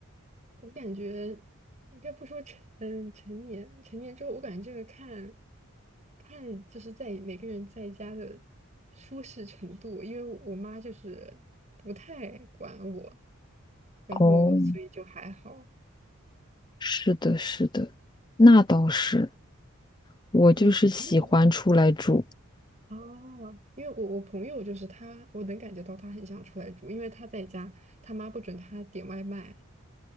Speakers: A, on the right; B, on the left.
A: 我感觉应该不说成嗯成年成年之后，我感觉这个看看就是在每个人在家的舒适程度，因为我我妈就是不太管我，然后所以就还好。
B: 哦，是的，是的，那倒是，我就是喜欢出来住
A: 对，我朋友。哦，因为我我朋友就是他，我能感觉到他很想出来住，因为他在家，他妈不准他点外卖，